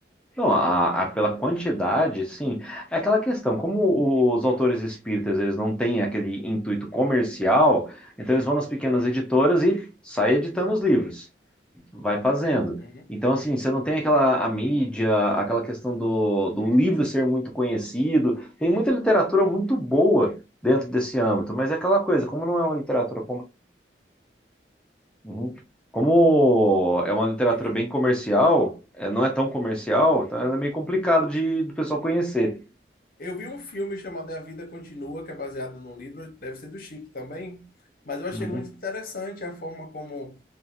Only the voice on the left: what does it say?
Uhum.
Diga.
Eu vi um filme chamado A Vida Continua, que é baseado num livro, deve ser do Chico também, mas eu achei
muito interessante a forma como,